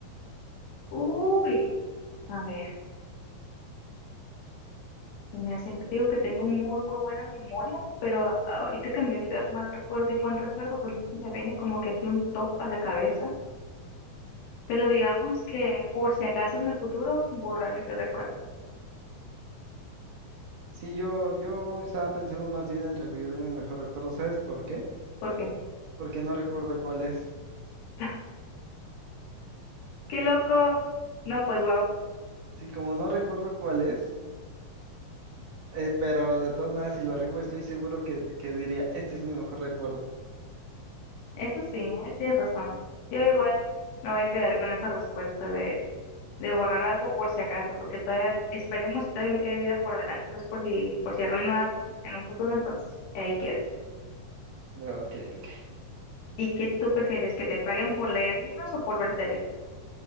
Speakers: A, on the left; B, on the right.
A: Uy, a ver, pues mira, siempre digo que tengo muy, muy buena memoria, pero a- ahorita que me digas mal recuerdo y buen recuerdo, pues no se me viene como que así un top a la cabeza. Pero digamos que por si acaso en el futuro, borrar mi peor recuerdo.
B: Sí, yo, yo estaba pensando más bien en revivir mi mejor recuerdo. ¿Sabes por qué?
A: ¿Por qué?
B: Porque no recuerdo cuál es.
A: <laughs> ¡Qué loco! No, pues wow,
B: Sí, como no recuerdo cuál es, eh, pero de todas maneras, si lo revivo, estoy seguro que, que diría, este es mi mejor recuerdo.
A: eso sí, ¿eh? Tienes razón. Yo igual me voy a quedar con esa respuesta de de borrar algo por si acaso, porque todavía esperemos que todavía me quede vida por delante, entonces por si, por si arruino algo en un futuro, entonces ahí quede.
B: Ok, ok.
A: ¿Y qué tú prefieres, que te paguen por leer libros o por ver tele?